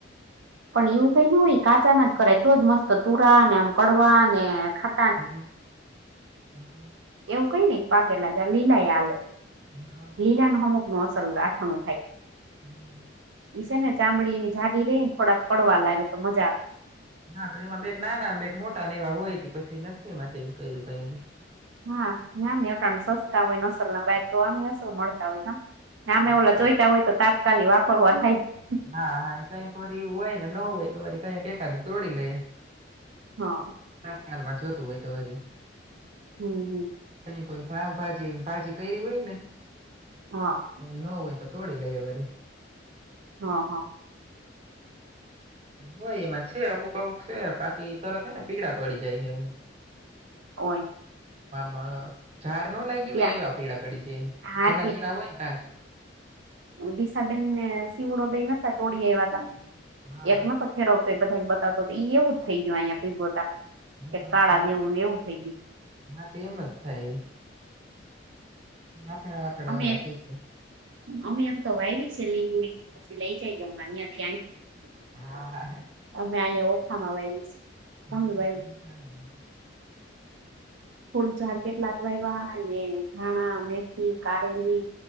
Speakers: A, on the right; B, on the right.
A: પણ એવું કઈ ના હોય એ કાચા ના જ કરાય તો જ મસ્ત તુરા ને આમ કડવા ને ખા
B: હમ્મ હમ્મ.
A: એવું કંઈ નઈ પાકેલા જ, લીલાય હાલે.
B: હા.
A: લીલા ન અમુક ન અસલ અથાણું થાય.
B: હમ.
A: ઈ છે ને
B: એટલે
A: ચામડી
B: એમાં પછી
A: ઇની જાડી રેને. થોડાક કડવા લાગે તો મજા આવે.
B: હા પછી એમાં બે એક નાના ન બે એક મોટા ને એવા હોય પછી નથી એમાંથી ન કર્યું કાંઈ હજી.
A: હા નામ એ અટાણે સસ્તા હોય નસલ ના બેગ તો આમે અસલ મળતા હોય. નામે
B: હા
A: ઓલા ચોઈતા હોય તો તાત્કાલિક વાપરવા થાય.
B: હા હા એ કંઈક વળી એવું હોય ને ન હોય તો વળી કંઈક એકાદું તોડી લઈએ.
A: હા
B: તત્કાલમાં જોતું હોય તો વળી.
A: હમ હમ
B: કઈએ કોઈની પાવભાજી ને ભાજી કરી હોય ને.
A: હા.
B: ન હોય તો તોડી લઈએ વળી.
A: હા હા.
B: હોય એમાં છે અમુક અમુક છે બાકી તરત હે ને પીળા પડી જાય છે એવું. <inaudible>
A: <unintelligible>
B: મા ઝાર ન લાગી
A: ત્યાં
B: હોય એવા પીળા પડી જઈએ એમ
A: હા
B: ઝીણા ઝીણા હોય ને તા જ.
A: દિશાબેેનને સીવડો બે નતા તોડી આવ્યા તા
B: હા
A: એક નતો ફેરવતો એ બધાને બતાવતો એ એવું જ થઈ ગ્યું અહિયાં પુઈગો તા
B: હા
A: કે કાળા જેવું ને એવું થઈ ગ્યું.
B: હા તે એમ જ થાય ઇ. <unintelligible>
A: અમે અમે એમ તો વાઇવી છે લીંબુડી પછી લઈ જજો માર યાથી આઈ
B: હા
A: મેં અહિયાયા ઓખામાં વાઇવ્યું સ.
B: દહીં
A: <unintelligible> વાઇવ્યું.
B: ચાલુ લે
A: ફુલઝાડ કેટલાક વાયવ્યા ને ધાણા મેથી કારેલી